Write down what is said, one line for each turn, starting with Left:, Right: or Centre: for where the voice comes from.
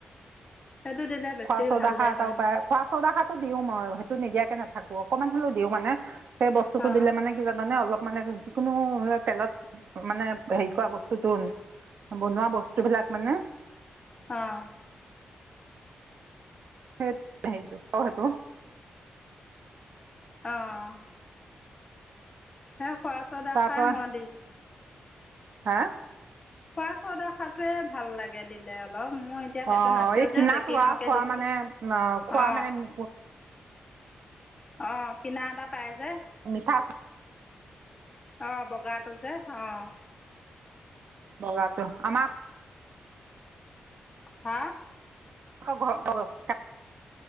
Left: সেইটো দিলে বেছি
Right: খোৱা ছ'ডা
Left: ভালহে
Right: খাৰ এটাও
Left: হয়নি
Right: পায়। খোৱা ছ'ডা খাৰটো দিওঁ মই, সেইটো নিদিয়াকে নাথাকো অকণমান হ'লেওঁ দিওঁ মানে। সেই বস্তুটো
Left: অঁ
Right: দিলে মানে কি জানানে, অলপ মানে যিকোনো তেলত মানে হেৰি কৰা বস্তুটো বনোৱা বস্তু স্তু বিলাক মানে
Left: অ'।
Right: সেই হেৰিটো অ' সেইটো
Left: অ' সে‌ইয়া খোৱা ছ'ডা
Right: তাৰপৰা
Left: খাৰ মই দিওঁ।
Right: হা'?
Left: খোৱা ছ'ডা সাৰটোৱে ভাল লাগে দিলে অলপ। মই তেতিয়া সেইটো
Right: অঁ
Left: নাছিল
Right: এই
Left: যে
Right: কিনাটো
Left: বেকিঙকে
Right: আৰু খোৱা
Left: দিছোঁ,
Right: মানে অ খোৱা
Left: অ।
Right: মানে
Left: অ', কিনা এটা পায় যে।
Right: মিঠা চ
Left: অ' বগাটো যে অ'।
Right: বগাটো, আমাক
Left: হা'?
Right: আকৌ ঘৰ কগছ